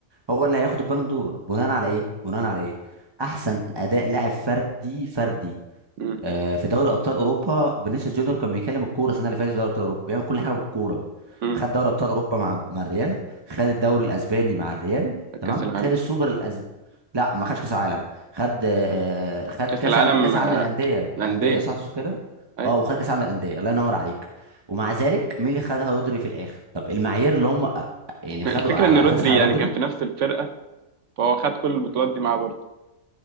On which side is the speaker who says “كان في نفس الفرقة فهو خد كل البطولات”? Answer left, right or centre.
Right